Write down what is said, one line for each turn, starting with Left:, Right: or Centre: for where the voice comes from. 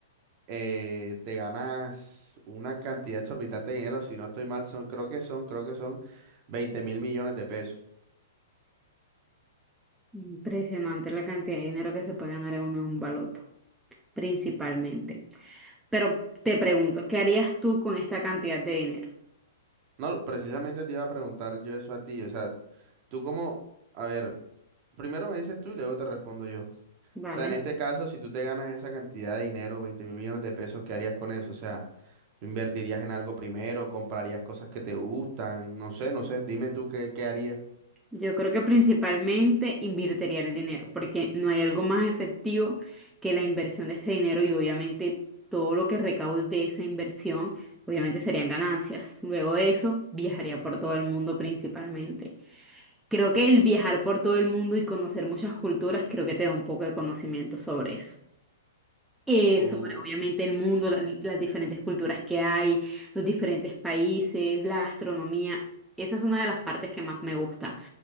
Right: eh, te ganas una cantidad exorbitante de dinero, si no estoy mal, son- creo que son, creo que son veinte mil millones de pesos.
Centre: Impresionante la cantidad de dinero que se puede ganar en un, en un baloto, principalmente. Pero te pregunto, ¿qué harías tú con esta cantidad de dinero?
Right: No, precisamente te iba a preguntar yo eso a ti, o sea, tú como, a ver, primero me dices tú y luego te respondo yo. O
Centre: ¿Vale?
Right: sea, en este caso, si tú te ganas esa cantidad de dinero, veinte mil millones de pesos, ¿qué harías con eso? O sea, ¿invertirías en algo primero? ¿Comprarías cosas que te gustan? No sé, no sé, dime tú qué, qué harías.
Centre: Yo creo que principalmente invertiría el dinero, porque no hay algo más efectivo que la inversión de este dinero y obviamente todo lo que recaude de esa inversión, obviamente serían ganancias. Luego de eso, viajaría por todo el mundo principalmente. Creo que el viajar por todo el mundo y conocer muchas culturas, creo que te da un poco de conocimiento sobre eso. Eh,
Right: Uh,
Centre: sobre obviamente el mundo, la- las diferentes culturas que hay, los diferentes países, la gastronomía. Esa es una de las partes que más me gusta